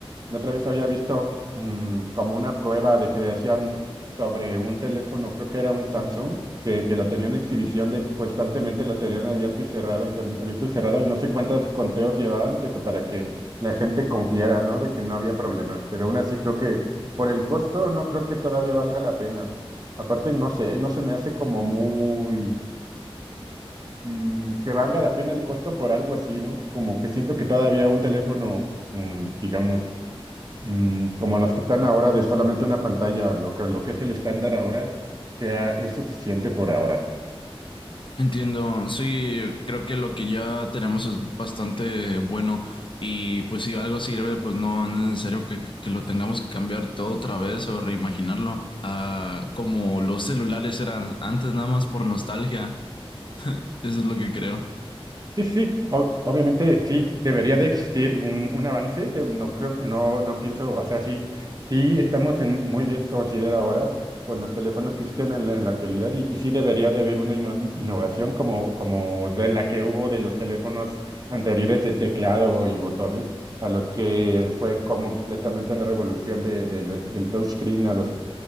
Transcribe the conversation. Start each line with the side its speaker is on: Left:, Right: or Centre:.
Right: La otra vez había visto mm, como una prueba de que hacían sobre un teléfono, creo que era un Samsung que, que lo tenían en exhibición, de que constantemente lo tenían abierto y cerrado, y ten- abierto y cerrado, y no sé cuántos conteos llevaban de que para que la gente confiara, ¿no? De que no había problemas. Pero aún así creo que por el costo no creo que todavía valga la pena. Aparte, no sé, no se me hace como muy mm, que valga la pena el costo por algo así, ¿no? Como que siento que todavía un teléfono, mm, digamos, mm, como los que están ahora, de solamente una pantalla, lo que, lo que es el estándar ahora, sea, es suficiente por ahora.
Left: Entiendo, sí, creo que lo que ya tenemos es bastante bueno y pues si algo sirve, pues no, no es necesario que, que- que lo tengamos que cambiar todo otra vez o reimaginarlo, ah, como los celulares eran antes nada más por nostalgia, eso es lo que creo.
Right: Sí, sí, sí. O- obviamente sí, debería de existir un, un avance, de- no creo, no, no pienso, o sea, sí, sí estamos en, muy bien considera ahora con los teléfonos que existen en la, en la actualidad y, y sí debería de haber una imo- innovación como, como de la que hubo de los teléfonos anteriores de teclado y botones, a los que fue completamente una revolución de, de los- del touchscreen a los